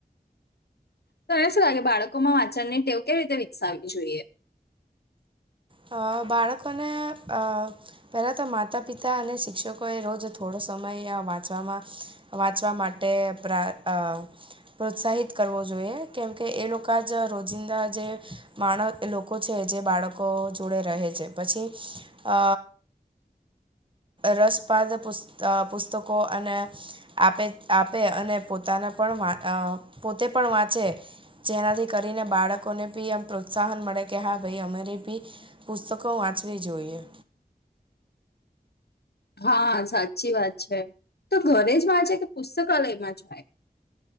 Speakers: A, on the left; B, on the right.
A: તને શું લાગે બાળકોમાં વાંચનની ટેવ કેવી રીતે વિકસાવવી જોઈએ?
B: અ બાળકોને અ પહેલા તો માતા પિતા અને શિક્ષકોએ રોજ થોડો સમય આ વાંચવામાં વાંચવા માટે પ્રા અ પ્રોત્સાહિત કરવો જોઈએ. કેમ કે એ લોકા જ રોજિંદા જે માણ લોકો છે. જે બાળકો જોડે રહે છે પછી અ રસપાદ પુસ અ પુસ્તકો અને આપે આપે અને પોતાને પણ વા અ પોતે પણ વાંચે. જેનાથી કરીને બાળકોને બી આમ પ્રોત્સાહન મળે કે હા ભાઈ અમારે બી પુસ્તકો વાંચવી જોઈએ.
A: હા સાચી વાત છે તો ઘરે જ વાંચે કે પુસ્તકાલયમાં જાય?